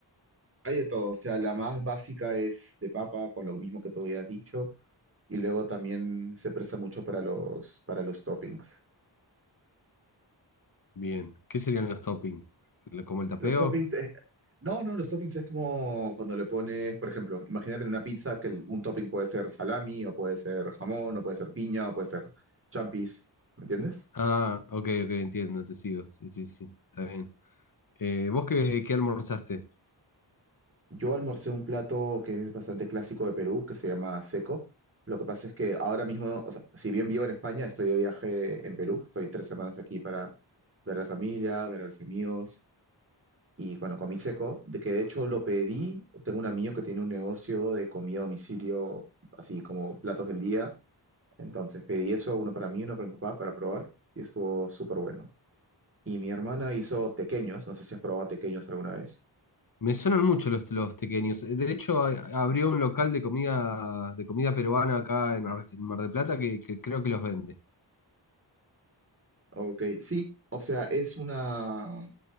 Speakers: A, on the right (about 30°); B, on the left (about 50°).
A: Hay de todo, o sea, la más básica es de papa, con lo mismo que tú habías dicho, y luego también se presta mucho para los, para los toppings.
B: Bien, ¿qué serían los toppings? ¿Lo- ¿Como el tapeo?
A: Los toppings, es- no, no, los toppings es como cuando le pones, por ejemplo, imagínate en una pizza que el- un topping puede ser salami, o puede ser jamón, o puede ser piña, o puede ser champis, ¿me entiendes?
B: Ah, ok, ok, entiendo, te sigo. Sí, sí, sí, está bien. Eh, ¿vos qué, qué almorzaste?
A: Yo almorcé un plato que es bastante clásico de Perú, que se llama seco. Lo que pasa es que ahora mismo, o sea, si bien vivo en España, estoy de viaje en Perú. Estoy tres semanas aquí para ver a la familia, ver a los amigos. Y bueno, comí seco, de que de hecho lo pedí. Tengo un amigo que tiene un negocio de comida a domicilio, así como platos del día. Entonces pedí eso, uno para mí, uno para mi papá, para probar. Y estuvo súper bueno. Y mi hermana hizo tequeños. No sé si has probado tequeños alguna vez.
B: Me sonan mucho los, los tequeños. Eh, De hecho, a- abrió un local de comida, de comida peruana acá en, Ar- en Mar del Plata que, que creo que los vende.
A: Ok, sí. O sea, es una...